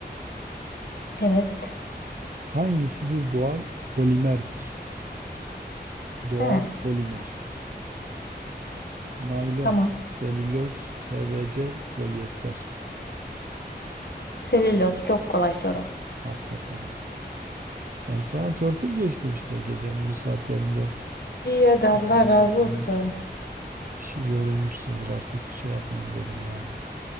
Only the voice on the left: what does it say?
Evet.
Hı,
tamam.
Selüloz çok kolay soru.
İyi hadi Allah
razı
olsun.